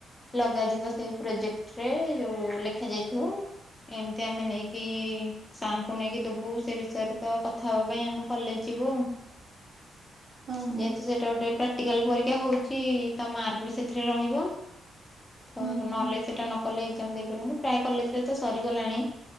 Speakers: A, on the left; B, on the right.
A: ଲଗାଯିବ ସେଇ ପ୍ରୋଜେକ୍ଟ ରେ ଯୋଉ ଲେଖା ଯାଇଥିବ। ଏମିତି ଆମେ ନେଇକି ସାରଙ୍କୁ ନେଇକି ଦବୁ ସେ ବିଷୟରେ ତ କଥା ହବା ପାଇଁ ଆମେ କଲେଜ ଥିବୁ।
B: ହଁ ହଁ
A: ଯେହେତୁ ସେଇଟା ଗୋଟେ ପ୍ରା ପ୍ରାକ୍ଟିକାଲ ପରୀକ୍ଷା ହଉଛି ତା ମାର୍କ ବି ସେଥିରେ ରହିବ ତ
B: ହୁଁ ହୁଁ।
A: ନହେଲେ ସେଇଟା ନ କଲେ ଏକ୍ଜାମ ଦେଇପାରିଲିନି ପ୍ରାୟ କଲେଜରେ ତ ସରିଗଲାଣି